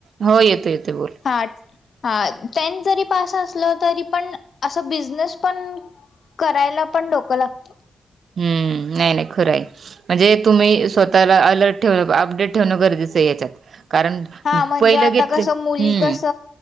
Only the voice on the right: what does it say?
हो येतो येतो बोल
हम्म नाही नाही खरय. म्हणजे तुम्ही स्वतःला अलर्ट ठेवण अपडेट ठेवण गरजेच आहे याच्यात कारण.
पहिलं
घेतले
हम्म